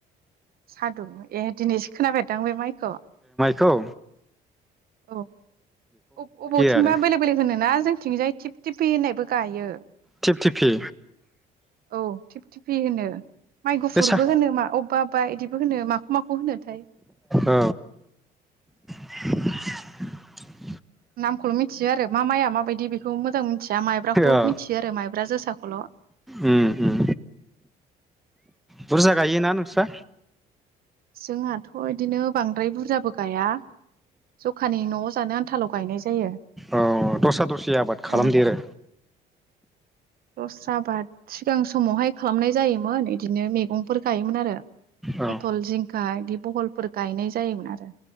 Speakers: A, on the right; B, in the centre.
A: सादुमोन। ए दिनैसो खोनाफेरदां बे माइखौ।
B: खौ।
A: औ अब अबथिंबा
B: आरो
A: बेलेक बेलेग होनोना जोंथिंजाय थिप थिफि होननायबो। गायो।
B: थिप थिफि
A: औ थिफ थिफि होनो माइ गुफुरबो
B: बे सा
A: होनो मा अबेबा अबबा इदिबो होनो माखौ माखौ होनोथाय।
B: औ <unintelligible>
A: नामखौल' मिथियो आरो। मा माइाया माबायदि बेखौ मोजां मो मिथिया माइब्राखौ
B: औ
A: मिथियो आरो माइब्रा जोसाखौल'।
B: उम उम बुरजा गायोना नोंस्रा?
A: जोंहाथ' इदिनो बांद्राय बुरजाबो गाया जखानि न'आव जानो आनथाल गायनाय जायो।
B: औ दस्रा दस्रि आबाद खालामदेरो?
A: औ दस्रा बाद सिगां समावहाय खालामनाय जायोमोन इदिनो मैगंफोर गायोमोन आरो
B: औ
A: पथल जिंखा बिदि बहलफोर गायनाय जायोमोन आरो